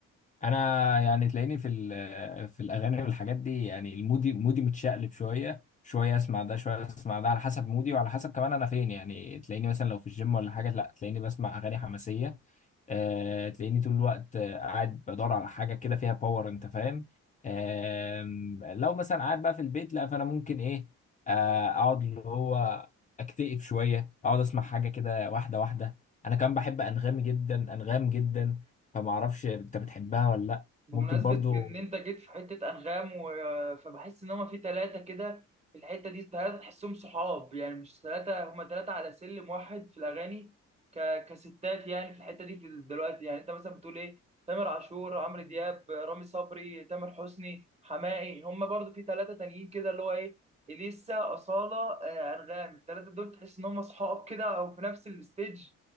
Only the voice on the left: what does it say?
انا يعني تلاقيني في ال- آه، في الاغاني والحاجات دي يعني المودي مودي متشقلب شويه شويه اسمع ده شويه اسمع ده على حسب مودي وعلى حسب كمان انا فين يعني تلاقيني مثلا لو في الجيم ولا حاجه لا تلاقيني بسمع اغاني حماسيه آه، تلاقيني طول الوقت آه، قاعد بدور على حاجه كده فيها باور انت فاهم آم، لو مثلا قاعد بقى في البيت لا فانا ممكن ايه آه، اقعد اللي هو اكتئب شويه اقعد اسمع حاجه كده واحده واحده انا كمان بحب انغامي جدا انغام جدا فما اعرفش انت بتحبها ولا لا
ممكن برضو